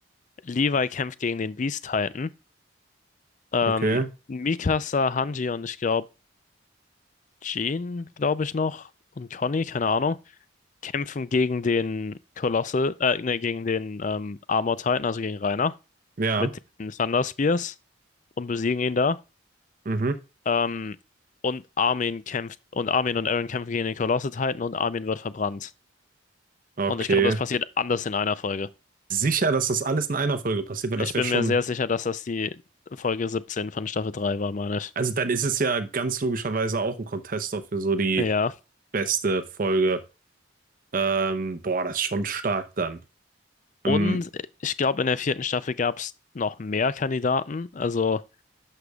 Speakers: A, on the left; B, on the right.
A: Levi kämpft gegen den Beast Titan. Ähm,
B: Okay,
A: Mikasa, Hanji und ich glaube Jean, glaube ich noch, und Conny, keine Ahnung, kämpfen gegen den Colossal, äh, ne, gegen den ähm, Armor Titan, also gegen Reiner,
B: ja,
A: mit den Thunder Spears und besiegen ihn da.
B: mhm,
A: Ähm, und Armin kämpft, und Armin und Eren kämpfen gegen den Colossal-Titan und Armin wird verbrannt.
B: okay.
A: Und ich glaube, das passiert anders in einer Folge.
B: Sicher, dass das alles in einer Folge passiert, weil
A: Ich
B: das wäre
A: bin
B: schon,
A: mir sehr sicher, dass das die Folge 17 von Staffel 3 war, meine ich.
B: also dann ist es ja ganz logischerweise auch ein Contester für so die
A: Ja.
B: beste Folge. Ähm, boah, das ist schon stark dann.
A: Und
B: Ähm,
A: ich glaube, in der vierten Staffel gab es noch mehr Kandidaten. Also,